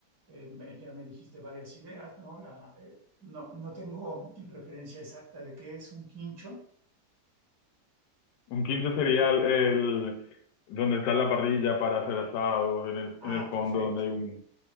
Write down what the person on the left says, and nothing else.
un quincho sería el, el- donde está la parrilla para hacer asados, en el,
en el
fondo donde hay un...